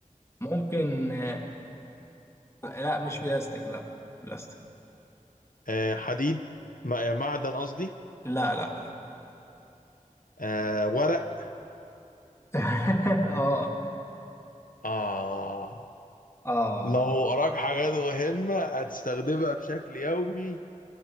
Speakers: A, on the left; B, on the left.
A: ممكن آه لا مش بلاستيك لا بلاستيك
B: آه حديد م- آه، معدن قصدي
A: لا لا
B: آه ورق
A: <laughs> اه
B: آه
A: اه
B: لو وراك حاجات مهمة هتستخدمها بشكل يومي